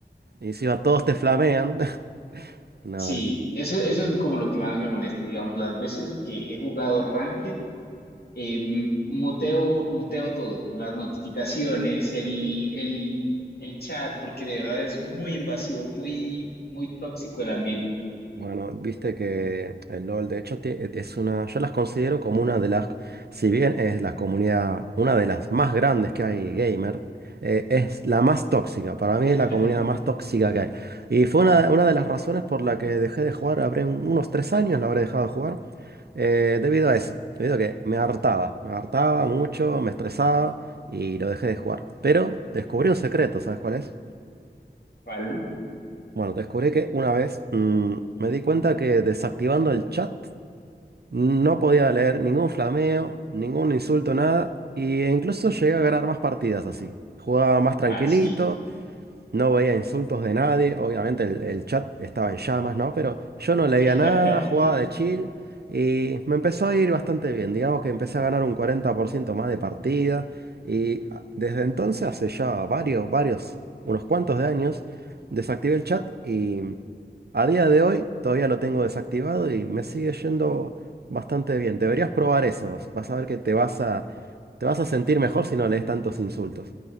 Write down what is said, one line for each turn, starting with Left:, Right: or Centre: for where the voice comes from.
Right: Y encima todos te flamean. <laughs> No,
Left: Sí,
Right: no.
Left: eso, eso es como lo que más me molesta, digamos, las veces que he jugado Ranked, eh, m- muteo, muteo todo, las notificaciones, el, el, el chat, porque de verdad es muy invasivo, muy, muy tóxico el ambiente.
Right: Bueno, viste que el LOL, de hecho, tie- es una, yo las considero como una de las, si bien es la comunidad, una de las más grandes que hay gamer, eh, es la más tóxica, para mí
Left: <laughs>
Right: es la comunidad más tóxica que hay. Y fue una, una de las razones por la que dejé de jugar, habré un- unos tres años, la habré dejado de jugar, eh, debido a eso, debido a que me hartaba, me hartaba mucho, me estresaba y lo dejé de jugar. Pero descubrí un secreto, ¿sabes cuál es?
Left: ¿Cuál?
Right: Bueno, descubrí que una vez mm, me di cuenta que desactivando el chat no podía leer ningún flameo, ningún insulto, nada. Y incluso llegué a ganar más partidas así. Jugaba más tranquilito,
Left: Ah, sí.
Right: no veía insultos de nadie. Obviamente el, el chat estaba en llamas, ¿no? Pero yo no leía
Left: <laughs>
Right: nada, jugaba de chill. Y me empezó a ir bastante bien. Digamos que empecé a ganar un 40% más de partidas. Y ah, desde entonces, hace ya varios, varios, unos cuantos de años, desactivé el chat y... A día de hoy todavía lo tengo desactivado y me sigue yendo bastante bien. Deberías probar eso. Vas a ver que te vas a, te vas a sentir mejor si no lees tantos insultos.